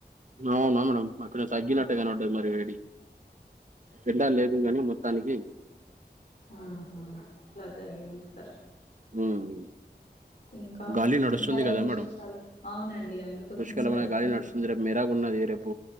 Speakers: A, on the right; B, on the left.
A: అవునా మేడం మాకు తగినట్టేగా
B: ఆ,
A: కనబడ్డది మరి వేడి ఎండలేదు గాని మొత్తానికి
B: ఆహా అట్లా జరిగింది సార్
A: హ్మ్
B: ఇంకా
A: గాలి నడుస్తుంది
B: ఇంకా ఏం
A: కదా
B: విశేషాలు
A: మేడం
B: అవునండి అందుకోసమే
A: ముష్కలమైన
B: బయటనే
A: గాలి నడుస్తుంది
B: కూ
A: రేపు మెరాగా ఉన్నది రేపు